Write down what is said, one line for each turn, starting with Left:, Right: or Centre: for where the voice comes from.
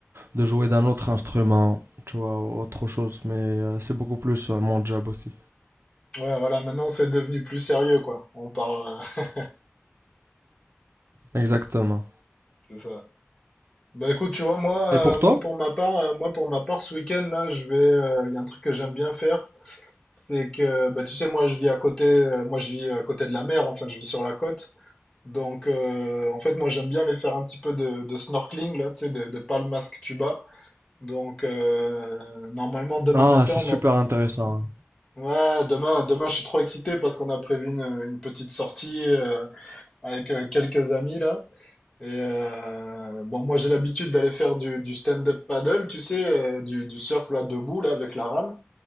Right: de jouer d'un autre instrument, tu vois, autre chose. Mais euh, c'est beaucoup plus euh, mon job aussi.
Left: Ouais, voilà, maintenant, c'est devenu plus sérieux, quoi. On parle, euh, <laughs>
Right: Exactement.
Left: c'est ça. Ben écoute, tu vois, moi,
Right: Et pour
Left: euh, moi
Right: toi?
Left: pour ma part, euh, moi pour ma part, ce week-end là, je vais, euh, il y a un truc que j'aime bien faire, c'est que, bah, tu sais, moi, je vis à côté, euh, moi, je vis à côté de la mer, enfin, je vis sur la côte, donc, euh, en fait, moi, j'aime bien aller faire un petit peu de, de snorkeling là, tu sais, de, de palmasque tuba. Donc, euh, normalement, demain
Right: Ah,
Left: matin,
Right: c'est
Left: on
Right: super
Left: a
Right: intéressant.
Left: Ouais, demain, demain, je suis trop excité parce qu'on a prévu une, une petite sortie euh, avec euh, quelques amis là. Et euh, bon, moi, j'ai l'habitude d'aller faire du, du stand-up paddle, tu sais, euh, du, du surf là debout là avec la rame.